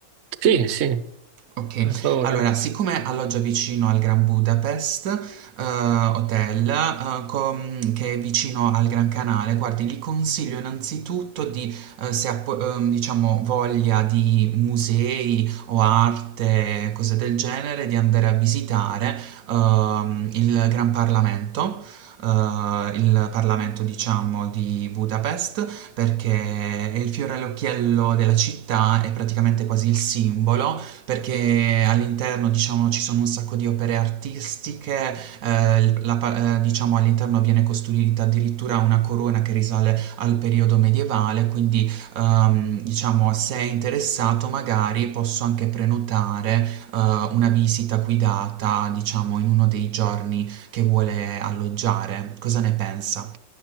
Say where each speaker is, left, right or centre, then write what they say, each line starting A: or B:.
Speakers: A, on the right; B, on the right.
A: Sì, sì,
B: Okay.
A: per favore.
B: Allora, siccome alloggia vicino al Grand Budapest, ehm, Hotel, ehm, com che è vicino al Gran Canale, guardi, gli consiglio innanzitutto di, ehm, se ha po ehm, diciamo voglia di musei o arte, cose del genere, di andare a visitare, ehm, il Gran Parlamento, ehm, il Parlamento diciamo di Budapest, perché è il fiore all'occhiello della città, è praticamente quasi il simbolo, perché all'interno diciamo ci sono un sacco di opere artistiche, eh, la pa- eh, diciamo all'interno viene costruita addirittura una corona che risale al periodo medievale, quindi ehm, diciamo se è interessato magari posso anche prenotare eh, una visita guidata diciamo in uno dei giorni che vuole alloggiare. Cosa ne pensa?